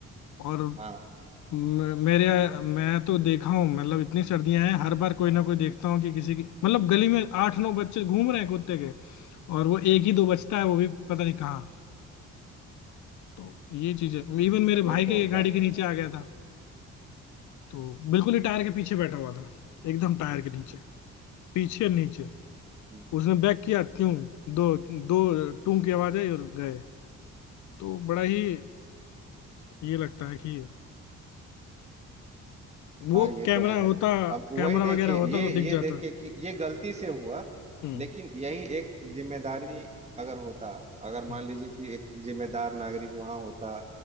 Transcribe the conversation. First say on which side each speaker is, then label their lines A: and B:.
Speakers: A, on the left (about 75°); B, on the right (about 20°).
A: और
B: हाँ
A: म- मेरे मैं तो देखा हूँ मतलब इतनी सर्दियां हैं हर बार कोई ना कोई देखता हूँ कि किसी की मतलब गली में आठ नौ बच्चे घूम रहे हैं कुत्ते के और वो एक ही दो बचता है वो भी पता नहीं कहाँ तो ये चीज है इवन मेरे
B: ये
A: भाई के
B: तो होता
A: गाड़ी
B: है
A: के नीचे आ गया था तो बिल्कुल ही टायर के पीछे बैठा हुआ था एकदम टायर के नीचे पीछे नीचे
B: हम्म।
A: उसने बैक किया क्यों दो दो टूं की आवाज आई और गए तो बड़ा ही ये लगता है कि वो
B: हाँ ये
A: कैमरा
B: तो है
A: होता
B: अब वही
A: कैमरा
B: देखिए
A: वगैरह होता
B: ये
A: तो दिख
B: ये
A: जाता
B: देखिए कि ये गलती से हुआ
A: हम्म
B: लेकिन यही एक जिम्मेदारी अगर होता अगर मान
A: हम्म
B: लीजिए कि एक जिम्मेदार नागरिक वहां होता